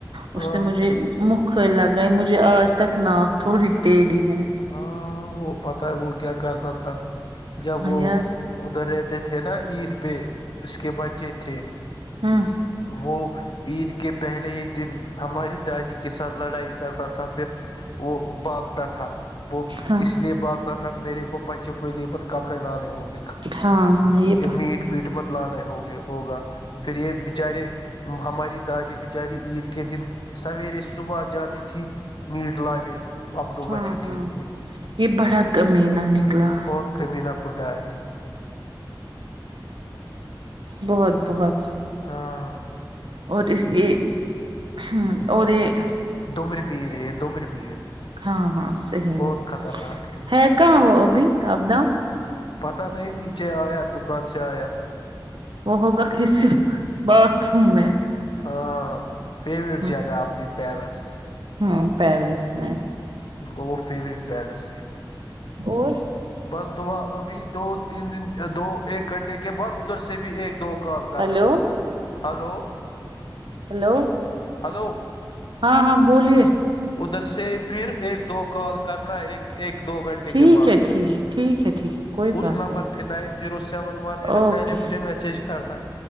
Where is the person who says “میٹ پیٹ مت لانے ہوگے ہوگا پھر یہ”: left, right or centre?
Left